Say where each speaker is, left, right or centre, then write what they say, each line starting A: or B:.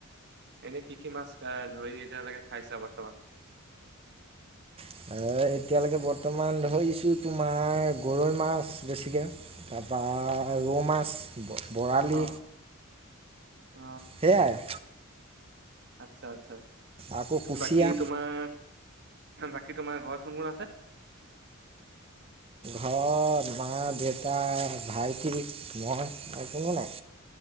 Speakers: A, on the right (about 50°); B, on the right (about 25°).
A: এনে কি কি মাছ এ ধৰি এতিয়ালেকে খাইছা বৰ্তমান?
B: এ এতিয়ালৈকে বৰ্তমান ধৰিছোঁ তোমাৰ গৰৈ মাছ বেছিকে তাপা ৰৌ মাছ। বৰালি,
A: অ', অ'।
B: সেয়াই।
A: আচ্ছা, আচ্ছা,
B: আকৌ কুচিয়া
A: বাকী তোমাৰ বাকী তোমাৰ ঘৰত কোন কোন আছে?
B: ঘৰত মা, দেউতা, ভাইটি, মই আৰু কোনো নাই।